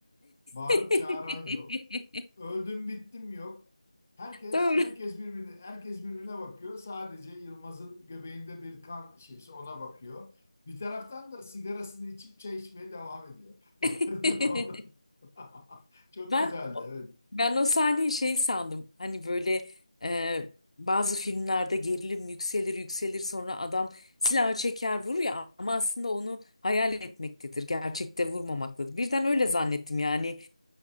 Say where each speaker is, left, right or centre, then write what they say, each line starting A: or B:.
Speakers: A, on the left (about 20°); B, on the left (about 65°).
A: bağırıp
B: <laughs>
A: çağıran yok, öldüm bittim yok. Herkes
B: Doğru.
A: herkes birbirine herkes birbirine bakıyor. Sadece Yılmaz'ın göbeğinde bir kan şişesi ona bakıyor. Bir taraftan da sigarasını içip çay içmeye devam ediyor. <laughs> Bu
B: <laughs>
A: arada da onun- <laughs> çok
B: Ben
A: güzeldi evet.
B: ben o sahneyi şey sandım. Hani böyle e, bazı filmlerde gerilim yükselir yükselir sonra adam silahı çeker vurur ya ama aslında onu hayal etmektedir. Gerçekte vurmamaktadır. Birden öyle zannettim yani.